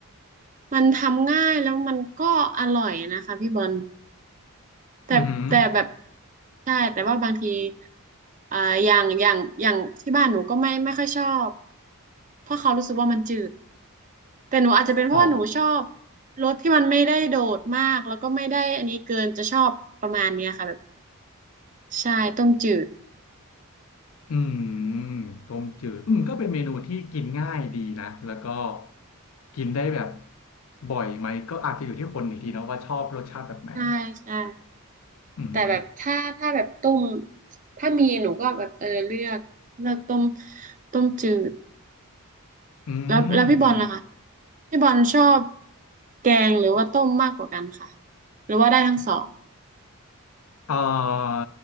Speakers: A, on the right; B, on the left.
A: มันทำง่ายแล้วมันก็อร่อยนะคะพี่บอล แต่แต่แบบ
B: อือหือ
A: ใช่แต่ว่าบางทีอ่าอย่างอย่างอย่างที่บ้านหนูก็ไม่ไม่ค่อยชอบเพราะเขารู้สึกว่ามันจืดแต่หนูอาจจะเป็นเพราะว่าหนูชอบ
B: อ๋อ
A: รสที่มันไม่ได้โดดมากแล้วก็ไม่ได้อันนี้เกินจะชอบประมาณเนี้ยค่ะแบบใช่ต้มจืด
B: อืมต้มจืดอืมก็เป็นเมนูที่กินง่ายดีนะ แล้วก็กินได้แบบบ่อยไหม ก็อาจจะอยู่ที่คนอีกทีเนาะว่าชอบรสชาติแบบไหน
A: ใช่ใช่
B: อืม
A: แต่แบบถ้าถ้าแบบต้มถ้ามีหนูก็แบบเออเลือกเลือกต้มต้มจืด
B: อื
A: แล้วแล้วพี่บอลล่ะคะ
B: มอืม
A: พี่บอลชอบแกงหรือว่าต้มมากกว่ากันค่ะหรือว่าได้ทั้งสอง
B: เอ่อ